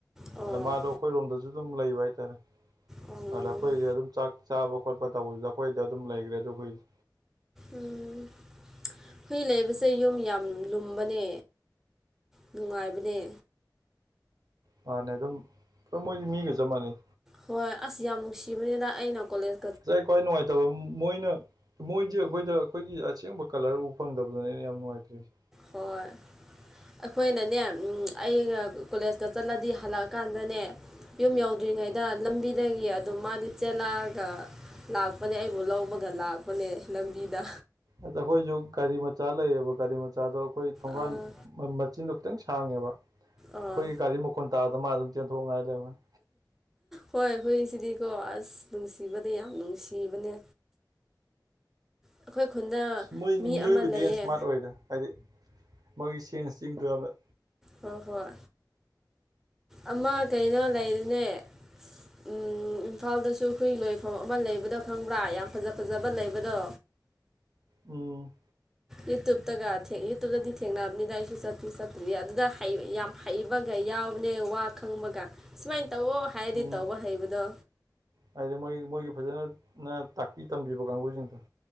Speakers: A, in the centre; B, on the right (about 60°).
A: ꯑꯣ
B: ꯑꯗ ꯃꯥꯗꯣ ꯑꯩꯈꯣꯏꯔꯣꯝꯗꯁꯨ ꯑꯗꯨꯝ ꯂꯩꯕ ꯍꯥꯏꯇꯥꯔꯦ
A: ꯎꯝ
B: ꯑꯗ ꯑꯩꯈꯣꯏꯗ ꯑꯗꯨꯝ ꯆꯥꯛ ꯆꯥꯕ ꯈꯣꯠꯄ ꯇꯧꯕꯁꯤꯗ ꯑꯩꯈꯣꯏꯗ ꯑꯗꯨꯝ ꯂꯩꯈ꯭ꯔꯦ ꯑꯗꯨ ꯍꯨꯢꯗꯣ
A: ꯎꯝ ꯍꯨꯏ ꯂꯩꯕꯁꯦ ꯌꯨꯝ ꯌꯥꯝ ꯂꯨꯝꯕꯅꯦ ꯅꯨꯡꯉꯥꯏꯕꯅꯦ
B: ꯃꯥꯅꯦ ꯑꯗꯨꯝ ꯃꯣꯏꯗꯤ ꯃꯤꯒ ꯆꯞ ꯃꯥꯟꯅꯩ
A: ꯍꯣꯏ ꯑꯁ ꯌꯥꯝ ꯅꯨꯡꯁꯤꯕꯅꯤꯗ ꯑꯩꯅ ꯀꯣꯂꯦꯖ
B: ꯑꯩꯅ ꯈ꯭ꯋꯥꯏ ꯅꯨꯡꯉꯥꯏꯇꯕ ꯑꯃ ꯃꯣꯏꯅ ꯃꯣꯏꯗꯤ ꯑꯩꯈꯣꯏꯗ ꯑꯩꯈꯣꯏꯒꯤ ꯑꯁꯦꯡꯕ ꯀꯂ꯭ꯔ ꯎꯕ ꯐꯪꯗꯕꯗꯨꯅꯦ ꯑꯩꯅ ꯌꯥꯝ ꯅꯨꯡꯉꯥꯏꯇ꯭ꯔꯤꯁꯤ
A: ꯍꯣꯏ ꯑꯩꯈꯣꯏꯅꯅꯦ ꯑꯩꯅ ꯀꯣꯂꯦꯖꯇ ꯆꯠꯂꯗꯤ ꯍꯜꯂꯛꯑꯀꯥꯟꯗꯅꯦ ꯌꯨꯝ ꯌꯧꯗ꯭ꯔꯤꯉꯩꯗ ꯂꯝꯕꯤꯗꯒꯤ ꯑꯗꯨꯝ ꯃꯥꯗꯤ ꯆꯦꯜꯂꯛꯑꯒ ꯂꯥꯛꯄꯅꯦ ꯑꯩꯕꯨ ꯂꯧꯕꯒ ꯂꯥꯛꯄꯅꯦ ꯂꯝꯕꯤꯗ
B: ꯑꯗ ꯑꯩꯈꯣꯏꯁꯨ ꯒꯥꯔꯤ ꯃꯆꯥ ꯂꯩꯌꯦꯕ ꯒꯥꯔꯤ ꯃꯆꯥꯗꯣ ꯑꯩꯈꯣꯏ ꯊꯣꯡꯒꯥꯟ
A: ꯑꯥ
B: ꯃꯆꯤꯟꯗꯣ ꯑꯗꯨꯝ ꯁꯥꯡꯉꯦꯕ ꯑꯩꯈꯣꯏꯒꯤ
A: ꯑꯥ
B: ꯒꯥꯔꯤ ꯃꯈꯣꯜ ꯇꯥꯕꯗ ꯃꯥ ꯑꯗꯨꯝ ꯆꯦꯟꯊꯣꯛꯉꯥꯏ ꯂꯩꯔꯕꯅꯤ
A: ꯍꯣꯏ ꯍꯨꯏꯁꯤꯗꯤꯀꯣ ꯑꯁ ꯅꯨꯡꯁꯤꯕꯗꯤ ꯌꯥꯝ ꯅꯨꯡꯁꯤꯕꯅꯦ ꯑꯩꯈꯣꯏ ꯈꯨꯟꯗ
B: ꯃꯣꯏ
A: ꯃꯤ
B: ꯃꯤꯑꯣꯏꯕꯗꯒꯤ
A: ꯑꯃ ꯂꯩꯌꯦ
B: ꯁꯃꯥꯔꯠ ꯑꯣꯏꯗ ꯍꯥꯏꯗꯤ ꯃꯣꯏꯒꯤ ꯁꯦꯟꯁ ꯆꯤꯡꯗꯨꯔꯕ
A: ꯍꯣꯏ-ꯍꯣꯏ ꯑꯃ ꯀꯩꯅꯣ ꯂꯩꯔꯅꯦ ꯎꯝ ꯏꯝꯐꯥꯜꯗꯁꯨ ꯍꯨꯏ ꯂꯣꯏꯐꯝ ꯑꯃ ꯂꯩꯕꯗꯣ ꯈꯪꯕ꯭ꯔꯥ ꯌꯥꯝ ꯐꯖ-ꯐꯖꯕ ꯂꯩꯕꯗꯣ
B: ꯎꯝ
A: ꯌꯨꯇ꯭ꯨꯞꯇꯒ ꯌꯨꯇꯨꯞꯇꯗꯤ ꯊꯦꯡꯅꯕꯅꯤꯅ ꯑꯩꯁꯨ ꯆꯠꯇꯤ ꯆꯠꯇ꯭ꯔꯤ ꯑꯗꯨꯗ ꯍꯩ ꯌꯥꯝ ꯍꯩꯕꯒ ꯌꯥꯎꯕꯅꯦ ꯋꯥ ꯈꯪꯕꯒ ꯁꯨꯃꯥꯏꯅ ꯇꯧꯑꯣ ꯍꯥꯏꯔꯗꯤ
B: ꯎꯝ
A: ꯇꯧꯕ ꯍꯩꯕꯗꯣ
B: ꯍꯥꯏꯗꯤ ꯃꯣꯏ-ꯃꯣꯏꯒꯤ ꯐꯖꯅ ꯇꯥꯛꯄꯤ ꯇꯝꯕꯤꯕ ꯀꯥꯡꯕꯨꯁꯤꯡꯗꯣ